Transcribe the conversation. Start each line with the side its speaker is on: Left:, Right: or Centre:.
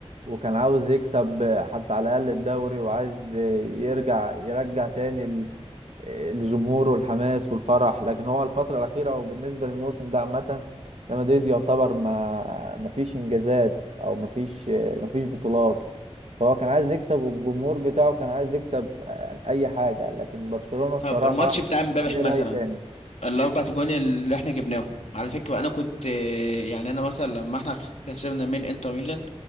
Right: وكان عاوز يكسب حتى على الأقل الدوري وعايز يرجع يرجع تاني ل- لجمهوره الحماس والفرح لكن هو الفترة الأخيرة وبالنسبة للموسم ده عامة ريال مدريد يعتبر ما ما فيش إنجازات أو ما فيش ما فيش بطولات فهو كان عايز يكسب والجمهور بتاعه كان عايز يكسب آه، أي حاجة لكن برشلونة الصراحة
Left: طب الماتش بتاع امبارح
Right: كان ليه
Left: مثلا
Right: رأي تاني
Left: الاربع تجوان اللي احنا جبناهم على فكره انا كنت آه، يعني انا مثلا لما احنا خسرنا من انتر ميلان